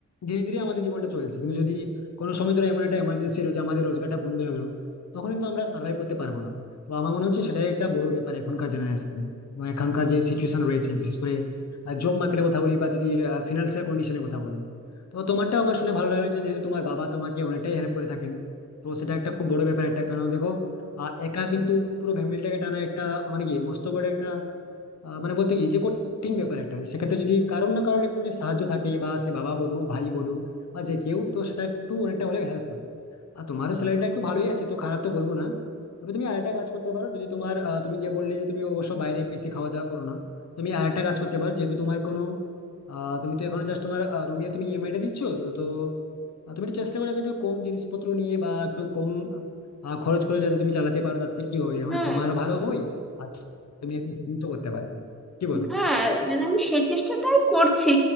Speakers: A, on the left; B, in the centre.
A: ধীরে ধীরে আমাদের জীবনটা চলছে কিন্তু যদি কোনো সময় ধরো এমন একটা এমার্জেন্সি এলো যে আমাদের রোজগারটা বন্ধ হয়ে গেলো তখন কিন্তু আমরা সার্ভাইভ করতে পারবো না তো আমার মনে হচ্ছে সেটাই একটা বড় ব্যাপার এখনকার জেনারেশনে এবং এখনকার যে সিচুয়েশন রয়েছে বিশেষ করে জব মার্কেটের কথা বলি বা যদি ফিনান্সিয়াল কন্ডিশনের কথা বলি তো তোমারটা আমার শুনে ভালো লাগলো যে যেহেতু তোমার বাবা তোমাকে অনেকটাই হেল্প করে থাকেন তো সেটা একটা খুব বড় ব্যাপার একটা কারণ দেখো আহ, একা কিন্তু পুরো ফ্যামিলিটাকে টানা একটা মানে কি মস্ত বড় একটা আহ, মানে বলতে কি যে কঠিন ব্যাপার একটা সেক্ষেত্রে যদি কারোর না কারোর একটু যদি সাহায্য থাকে বা সে বাবা বলো ভাই বলো বা যে কেউ তো সেটা একটু অনেকটা হলে হেল্প হয় আর তোমারও স্যালারিটা একটু ভালোই আছে তো খারাপ তো বলবো না তবে তুমি আরেকটা কাজ করতে পারো যদি তোমার আহ, তুমি যে বললে যে তুমি অবশ্য বাইরে বেশি খাওয়া দাওয়া করো না তুমি আরেকটা কাজ করতে পারো যেহেতু তোমার কোনো আহ, তুমি তো এখন জাস্ট তোমার রুমে তুমি ইএমআই টা দিচ্ছ তো তো, আহ, তুমি একটু চেষ্টা করো যাতে একটু কম জিনিসপত্র নিয়ে বা একটু কম আহ, খরচ করে যাতে তুমি চালাতে পারো তাতে কি হয়
B: হ্যাঁ
A: মানে তোমারও ভালো হয় আর তুমি একটু সেভিংসও করতে পারবে কি বলো
B: হ্যাঁ মানে আমি সেই চেষ্টাটাই করছি